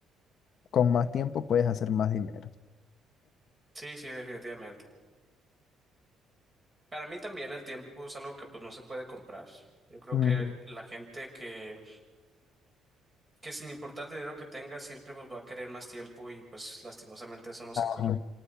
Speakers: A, on the left; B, on the right.
A: Con más tiempo puedes hacer más dinero.
B: Sí, sí, definitivamente. Para mí también el tiempo es algo que pues no se puede comprar. Yo creo
A: Ujú.
B: que la gente que, que sin importar el dinero que tenga siempre pues va a querer más tiempo y pues lastimosamente eso no se
A: Ajá.
B: compra.